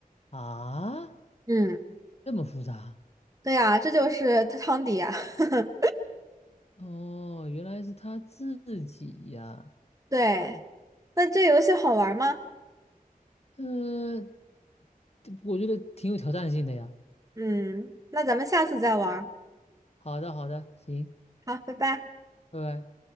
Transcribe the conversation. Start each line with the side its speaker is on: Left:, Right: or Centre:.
Left: 啊，
Right: 嗯，
Left: 这么复杂？
Right: 对呀，这就是汤迪呀。<laughs>
Left: 哦，原来是他自己呀。
Right: 对，那这游戏好玩吗？
Left: 呃，这我觉得挺有挑战性的呀。
Right: 嗯，那咱们下次再玩儿
Left: 好的，好的，行，
Right: 好，拜拜。
Left: 拜拜。